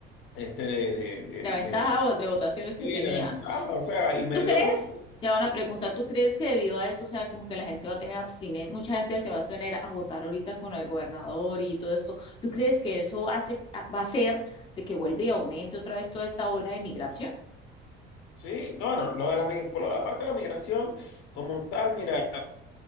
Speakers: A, on the left (about 70°); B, on the left (about 25°).
A: este, de, de,
B: La
A: de,
B: ventaja
A: de-
B: vo- de votaciones que
A: sí,
B: tenía.
A: de ventaja. O sea, y me
B: ¿Tú crees?
A: dio
B: Ya una pregunta, ¿tú crees que debido a eso, o sea, como que la gente va a tener abstinencia, mucha gente se va a abstener a votar ahorita con el gobernador y todo esto? ¿Tú crees que eso hace, a- va a ser de que vuelva y aumente otra vez toda esta ola de migración?
A: Sí, no, bueno, lo de la, mi- por lo de la parte de la migración, como tal, mira.